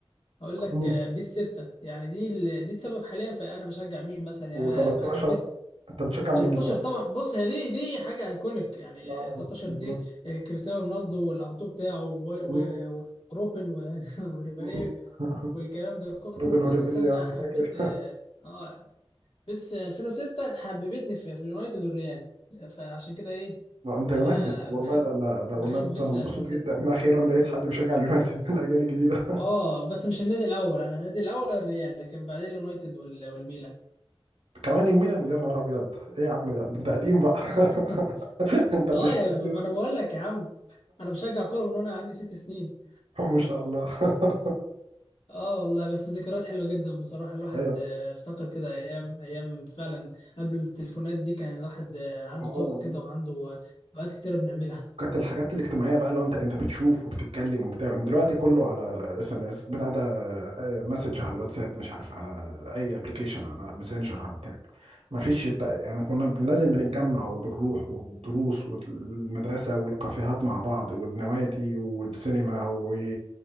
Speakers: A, on the left (about 60°); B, on the right (about 80°).
A: هقول لك
B: مم.
A: آه، بيس 6 يعني دي ال- دي السبب حاليا في انا بشجع مين مثلا يعني
B: و13
A: انا حبيت
B: انت بتشجع
A: 13
B: مين الاول؟
A: طبعا بص هي دي دي حاجه ايكونيك يعني
B: اه
A: 13
B: بالظبط
A: دي آه، كريستيانو رونالدو والانطو بتاعه و-
B: مم.
A: و- و- وروبن و- <laughs> وريبيري
B: مم. <laughs>
A: والكلام ده كله
B: روبن هوريبيلي
A: بس انا
B: آه،
A: حبيت
B: فاكر
A: اه آه، بس 2006 حببتني في, في اليونايتد والريال فعشان كده ايه
B: <laughs> ما انت يونايتد
A: انا
B: والله
A: بحب
B: ده ده, ده
A: بحب
B: والله بس
A: بس
B: انا مبسوط
A: 2006
B: جدا ان اخيرا لقيت حد بيشجع اليونايتد من الاجيال الجديده
A: اه بس مش النادي الاول انا النادي الاول الريال لكن بعدين اليونايتد وال- والميلان
B: <laughs> كمان الميلان يا نهار ابيض ايه يا عم ده, ده انت قديم بقى <laughs>
A: <laughs>
B: انت بتشتغل
A: اه يا ما
B: <laughs> لي
A: انا بقول لك يا عم انا بشجع كوره من وانا عندي ست سنين
B: ما شاء الله <laughs>
A: اه والله بس ذكريات حلوة جدا بصراحة الواحد
B: ايوه
A: آه، افتكر كده ايام ايام فعلا قبل التليفونات دي كان الواحد آه، عنده
B: آه،
A: طاقة كده وعنده آه، اوقات كتيرة بنعملها
B: كانت الحاجات الاجتماعيه بقى اللي هو انت انت بتشوف وبتتكلم وبتعمل دلوقتي كله على اس ام اس بتاع ده مسج على الواتساب مش عارف على اي ابلكيشن على ماسنجر على بتاع ما فيش الت- يعني كنا ب- لازم بنتجمع وبنروح والدروس والمدرسه والكافيهات مع بعض والنوادي والسينما و